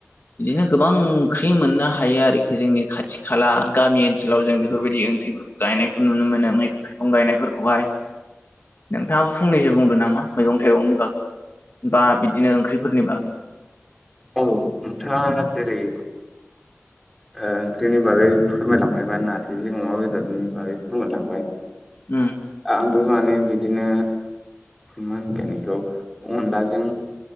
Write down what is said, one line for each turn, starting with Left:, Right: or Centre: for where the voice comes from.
Left: बिदिनो गोबां ओंख्रि मोननो हायो आरोखि जोंनि खाथि खाला गामि ओनसोलाव जों बेफोरबायदि ओंख्रि मोनो। गायनायखौ नुनो मोनो मैाइगं गायनायफोरखौहाय नोंथाङाबो फंनैसो बुंदों नामा मैगं थाइगंनि बागै बा बिदिनो ओंख्रिफोरनि बागै
Centre: औ नोंथाङा जेरै
Left: <inaudible>
Centre: ओंख्रिनि बागै फोरमायलांबाय बा नारजिजों अमा बेदरनि बागै फोरमायलांबाय।
Left: उ
Centre: आंबो माने बिदिनो मा होनगोन बेखौ अनलाजों